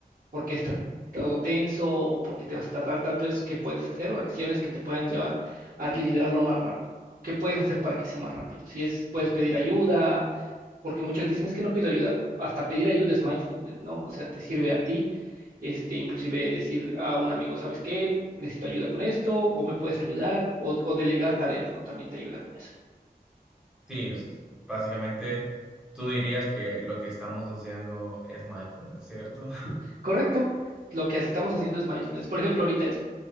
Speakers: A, on the right (about 65°); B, in the centre.
A: por qué está todo tenso o por qué te vas a tardar tanto es qué puedes hacer o acciones que te puedan llevar a liderarlo más rápido. ¿no? ¿Qué puedes hacer para que sea más rápido? Si es, puedes pedir ayuda, porque muchos dicen es que no pido ayuda. Hasta pedir ayuda es mindfulness, ¿no? O sea, te sirve a ti, este, inclusive decir a un amigo, ¿sabes qué? Necesito ayuda con esto, o me puedes ayudar, o, o delegar tareas, ¿no? También te ayuda con eso.
B: Sí, es- básicamente tú dirías que lo que estamos haciendo es mindfulness, ¿cierto? <laughs>
A: Correcto. Lo que estamos haciendo es mindfulness. Por ejemplo, ahorita es